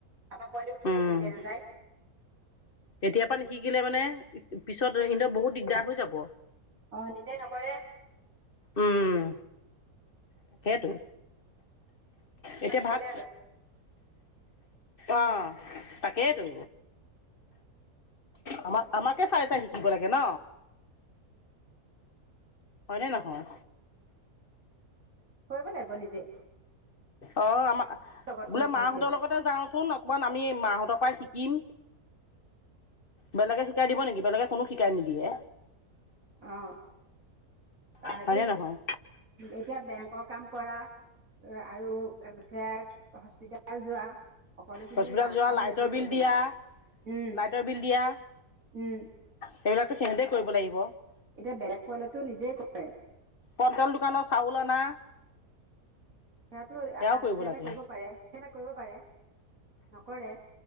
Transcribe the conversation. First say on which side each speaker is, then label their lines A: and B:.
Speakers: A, on the right (about 60°); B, on the left (about 35°).
A: আমাক পোৱালিবোৰটো
B: উম,
A: নিজে নাযায়।
B: এতিয়াৰ পৰা নিশিকিলে মানে পিছত বহুত দিগদাৰ হৈ যাব।
A: অ, নিজেই নকৰে।
B: উম, তাকেইটো। এতিয়া ভাত
A: গলে
B: আহ, তাকেইটো আমাক- আমাকে চাই- চাই শিকিব লাগে ন। হয়নে নহয়?
A: কৰিব লাগিব নিজে।
B: অ, আমাৰ
A: লগত
B: বোলে
A: লৈ ফুৰিছে
B: মাহঁতৰ লগতে যাওচোন অকবমান আমি মাহঁতৰ পৰাই শিকিম। বেলেগে শিকাই দিব নেকি, বেলেগে কোনো শিকাই নিদিয়ে।
A: আহ, বা হয়
B: হয়নে
A: দেই
B: নহয়
A: এতিয়া বেংক কাম কৰা আৰু ফ হস্পিতাল যোৱা। সকলোখিনি
B: হস্পিটেল যোৱা
A: কাম
B: লাইটৰ
A: নিজে
B: বিল
A: কৰিব
B: দিয়া
A: লাগিব। উম।
B: লাইটৰ বিল দিয়া
A: উম,
B: সেইবিলাকতো সিহঁতেই কৰিব লাগিব
A: এতিয়া বেলেগ পোৱালীয়েটো নিজে কৰে।
B: কটল দোকানৰ চাউল অনা,
A: সেইয়াটো
B: সেয়াও
A: সিহতে এটা
B: লাগে
A: কৰিব পাৰে। সেয়া এটা কৰিব পাৰে। নকৰে।